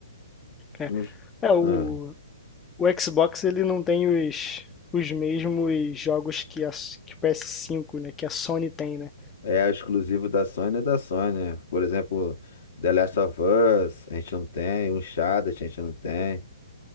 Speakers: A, on the left; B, on the left.
A: É,
B: Não,
A: é o,
B: ah.
A: O Xbox ele não tem os, os mesmos jogos que, a, que o PS5, né? Que a Sony tem, né?
B: É exclusivo da Sony, é da Sony. né? Por exemplo, The Last of Us, a gente não tem. Uncharted, a gente não tem.